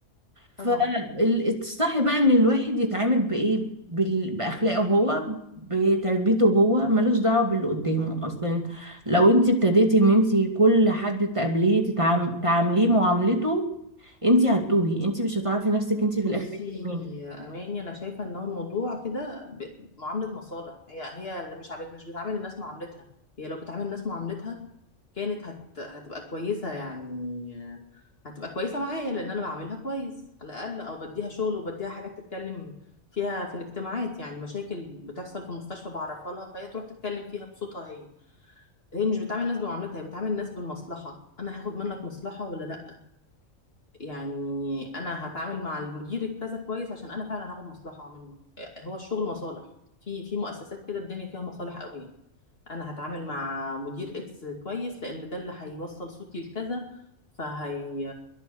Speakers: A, on the right; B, on the left.
A: فالصح
B: طبعا
A: بقى ان الواحد يتعامل بايه بال- باخلاقه هو بتربيته هو ملوش دعوه باللي قدامه اصلا لو انت ابتديتي ان انت كل حد تقابليه تتعام- تعامليه معاملته انت هتتوهي انت مش هتعرفي نفسك انت في
B: بصي
A: الاخر انت مين
B: يا اماني انا شايفه ان هو الموضوع كده ب- معامله مصالح هي هي اللي مش عبت مش بتعامل الناس معاملتها هي لو بتعامل الناس معاملتها كانت هت هتبقى كويسه يعني آه، هتبقى كويسه معايا لان انا بعاملها كويس على الاقل او بديها شغل وبديها حاجات تتكلم فيها في الاجتماعات يعني مشاكل بتحصل في المستشفى بعرفها لها فهي تروح تتكلم فيها بصوتها هي هي مش بتعامل الناس بمعاملتها هي بتعامل الناس بالمصلحه انا هاخد منك مصلحه ولا لا يعني انا هتعامل مع المدير الكذا كويس عشان انا فعلا هاخد مصلحه منه هو الشغل مصالح في في مؤسسات كده الدنيا فيها مصالح قوي يعني انا هتعامل مع مدير اكس كويس لان ده اللي هيوصل صوتي لكذا فهي